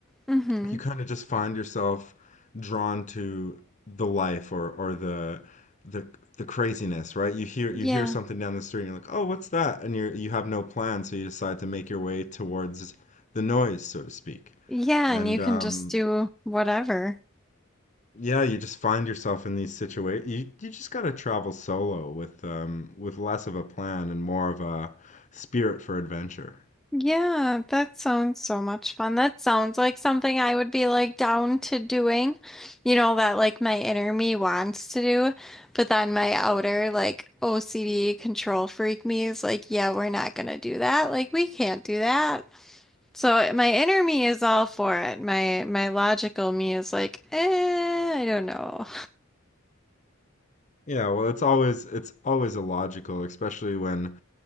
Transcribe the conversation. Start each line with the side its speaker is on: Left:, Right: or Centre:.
Centre: Mm-hmm.
Left: you kind of just find yourself drawn to the life or or the the the craziness, right? You hear
Centre: Yeah.
Left: you hear something down the street and you're like, "Oh, what's that?" And you're you have no plan, so you decide to make your way towards the noise, so to speak.
Centre: Yeah,
Left: And
Centre: and you can
Left: um,
Centre: just do whatever.
Left: Yeah, you just find yourself in these situations. You you just got to travel solo with um with less of a plan and more of a spirit for adventure.
Centre: Yeah, that sounds so much fun. That sounds like something I would be like down to doing. You know, that like my inner me wants to do, but then my outer like OCD control freak me is like, yeah, we're not gonna do that. Like we can't do that. So my inner me is all for it. My my logical me is like, eh, I don't know.
Left: Yeah, well, it's always it's always illogical, especially when